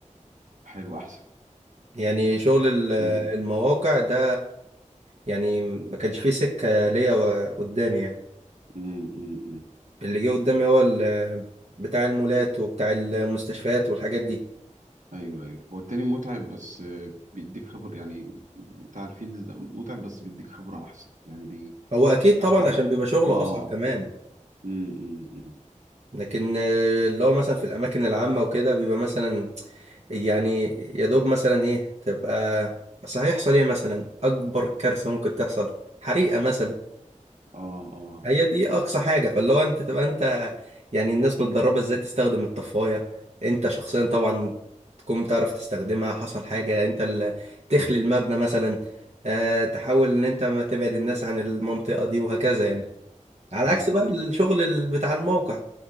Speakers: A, on the right; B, on the right.
A: حلو احسن
B: يعني شغل ال-
A: امم
B: المواقع ده يعني ما كانش فيه سكة ليا قدامي يعني
A: امم امم
B: اللي جه قدامي هو ال- بتاع المولات وبتاع المستشفيات والحاجات دي
A: ايوه ايوه هو التاني متعب بس آه، بيديك خبر يعني بتاع الفيلد ده متعب بس بيديك خبرة احسن يعني بي
B: هو اكيد
A: حتى
B: طبعا عشان بيبقى شغله
A: اه
B: اصعب كمان
A: امم امم أمم.
B: لكن آه، اللي هو مثلا في الاماكن العامه وكده بيبقى مثلا يعني يا دوب مثلا ايه تبقى اصل هيحصل ايه مثلا اكبر كارثه ممكن تحصل حريقه مثلا
A: اه اه
B: هي دي اقصى حاجه فاللي هو انت تبقى انت يعني الناس متدربه ازاي تستخدم الطفايه انت شخصيا طبعا تكون بتعرف تستخدمها حصل حاجه انت اللي تخلي المبنى مثلا أه تحاول ان انت ما تبعد الناس عن المنطقه دي وهكذا يعني على
A: ايوه
B: عكس بقى
A: ايوه
B: الشغل ال- بتاع الموقع